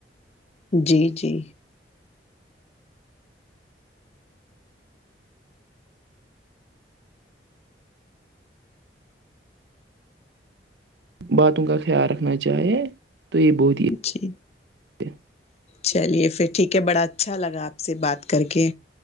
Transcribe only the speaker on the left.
جی جی
جی
چلیے پھر ٹھیک ہے بڑا اچھا لگا آپ سے بات کر کے